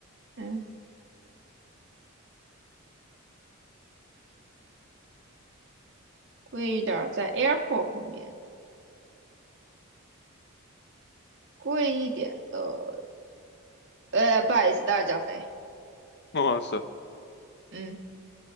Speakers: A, on the right; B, on the left.
A: 嗯，贵一点儿在 airport 旁边，贵一点的，呃，不好意思，大脚肥，
B: <laughs> 哇塞，
A: 嗯